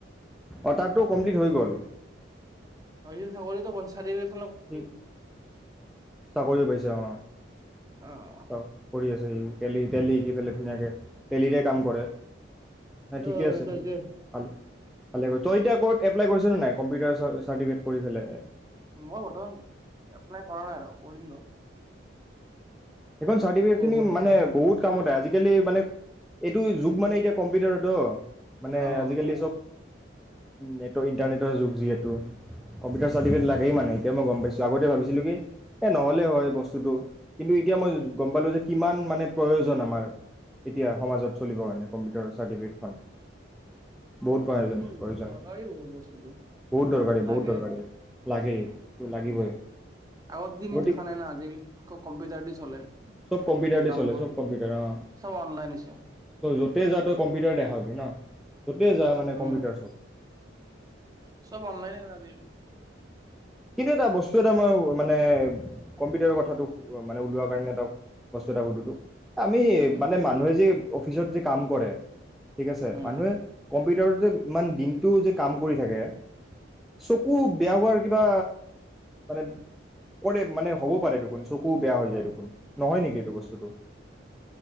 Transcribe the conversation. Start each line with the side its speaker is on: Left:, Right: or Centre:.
Centre: অৰ্ডাৰতো কমপ্লিট হৈ গ'ল
Right: সি ছাগলীতো
Centre: <inaudible>
Right: <unintelligible>
Centre: চাকৰি পাইছে অ <inaudible>
Right: অ'।
Centre: কৰি আছে সি টেলী টেলী গেলেখিনীয়াকে টেলীৰে কাম কৰে
Right: অ',
Centre: নাই ঠিকে আছে
Right: তাকে
Centre: ঠিক ভাল ভালে তই এতিয়া কত এপ্লাই কৰিছ নে নাই? কম্পিউটাৰ চাৰ্টিফিকেট কৰি পেলাই এ
Right: মই বৰ্তমান এপ্লাই কৰা নাই ৰ কৰিম ৰ
Centre: সেইখন চাৰ্টিফিকেট
Right: কৰিব
Centre: খিনি
Right: ৰ
Centre: মানে বহুত কামত আহে আজিকালি মানে এইটো যুগ মানে এতিয়া কম্পিউটাৰত তো মানে
Right: অ'। অ',
Centre: আজিকালি চব নেটৰ ইণ্টাৰনেটৰ যুগ যিহেতু কম্পিউটাৰ চাৰ্টিফিকেট লাগেই মানে এতিয়া মই গম পাইছোঁ আগতে ভাবিছিলো কি এই নহ'লেই হয় বস্তুটো কিন্তু এতিয়া য়ে মই গম পালোঁ যে কিমান মানে প্ৰয়োজন আমাৰ এতিয়া সমাজত চলিবৰ কাৰণে কম্পিউটাৰ চাৰ্টিফিকেটখন বহুত
Right: অ
Centre: প্ৰয়োজন
Right: আজিকালি
Centre: প্ৰয়োজন
Right: দৰকাৰী বহুত বস্তুটো
Centre: বহুত দৰকাৰী বহুত
Right: লাগে
Centre: দৰকাৰী লাগেই এইটো লাগিবই
Right: আগৰ দিন
Centre: গতিকে
Right: থকা নাই না আজিকালি চব কম্পিউটাৰ দি চলে
Centre: চব কম্পিউটাৰতে
Right: কামবোৰ
Centre: চলে চব কম্পিউটাৰ, অ'
Right: চব অনলাইন হৈছে
Centre: চ য'ত <unintelligible> যা তই কম্পিউটাৰ দেখাবি ন'। য'তেই যা মানে
Right: উম
Centre: কম্পিউটাৰ চব।
Right: চব অনলাইনে আজিকালি।
Centre: কিন্তু এটা বস্তু এটা মই মানে, কম্পিউটাৰৰ কথাটো, মানে ওলোৱাৰ কাৰণে এটা বস্তু এটা সুধো তোক, আমি
Right: উম
Centre: মানে, মানুহে যে, অফিচত যে কাম কৰে। ঠিক আছে,
Right: উম
Centre: মানুহে কম্পিউটাৰতে ইমান দিনটো যে কাম কৰি থাকে, চকু বেয়া হোৱাৰ কিবা মানে, কৰে মানে, হ'ব পাৰে দেখোন। চকুও বেয়া হৈ
Right: অ
Centre: যায় দেখোন। নহয় নেকি এইটো বস্তুটো।